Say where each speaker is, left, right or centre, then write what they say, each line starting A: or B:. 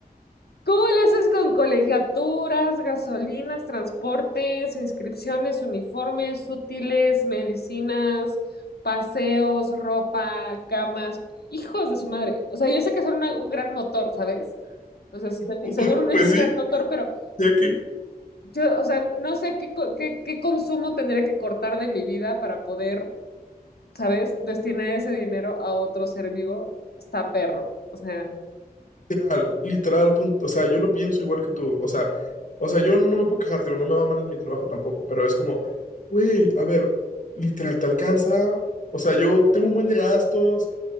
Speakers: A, on the left; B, on the left.
A: ¿Cómo le haces con colegiaturas, gasolinas, transportes, inscripciones, uniformes, útiles, medicinas, paseos, ropa, camas? Hijos de su madre. O sea, yo sé que son una- un gran motor, ¿sabes? O sea, se-
B: <laughs>
A: seguro no
B: Pues
A: es un
B: sí,
A: gran motor, pero
B: ya que,
A: yo, o sea, no sé qué, co- qué, qué consumo tendría que cortar de mi vida para poder, ¿sabes? Destinar ese dinero a otro ser vivo. Está perro. O sea.
B: literal, literal, punto, o sea, yo lo pienso igual que tú, o sea, o sea, yo no me puedo quejarte, no me va mal en mi trabajo tampoco, pero es como, güey, a ver, literal, te alcanza, o sea, yo tengo un buen de gastos,